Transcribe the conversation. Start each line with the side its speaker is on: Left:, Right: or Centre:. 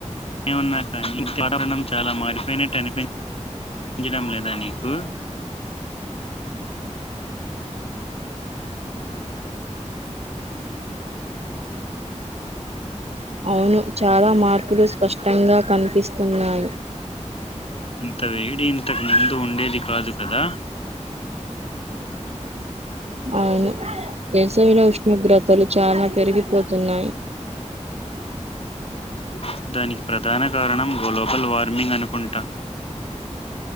Left: ఏమున్నా కానీ ఇంటి వాతవరణం చాలా మారిపోయినట్టు అనిపిం పించడం లేదా నీకు
Right: అవును చాలా మార్పులు స్పష్టంగా కనిపిస్తున్నాయి
Left: ఇంత వేడి ఇంతకు ముందు ఉండేది కాదు కదా
Right: అవును వేసవిలో ఉష్ణోగ్రతలు చాలా పెరిగిపోతున్నాయి
Left: అ దానికి ప్రధాన కారణం గొ లోబల్ వార్మింగ్ అనుకుంటా